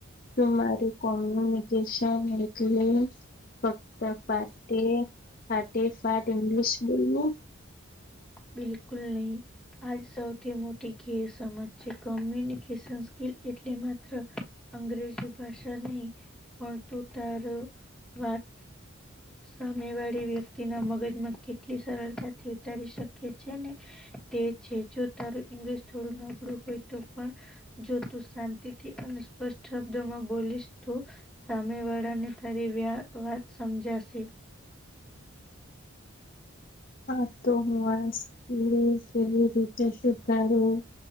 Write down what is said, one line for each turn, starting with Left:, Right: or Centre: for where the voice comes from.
Left: તું મારી કોમ્યુનિકેશન એટલે ફક્ત ફાટે ફાટે ફાટ ઇંગ્લિશ બોલવું
Centre: બિલકુલ નહી. આજ સૌથી મોટી ઘેરસમજ છે. કોમ્યુનિકેશન સ્કીિલ એટલે માત્ર અંગ્રેજી ભાષા નહી પણ તું તારું વાત સામેવાળી વ્યક્તિના મગજમાં કેટલી સરળતાથી ઉતારી શક કે છે ને તે છે જો તારું ઈંગ્લિશ થોડું નબળું હોય તો પણ જો તું શાંતિથી અને સ્પષ્ટ શબ્દમાં બોલીશ તો સામેવાડાને તારી વ્યા વાત સમજાશે
Left: હા, તો હું આ સ્કીલ કેવી રીતે શીખાડું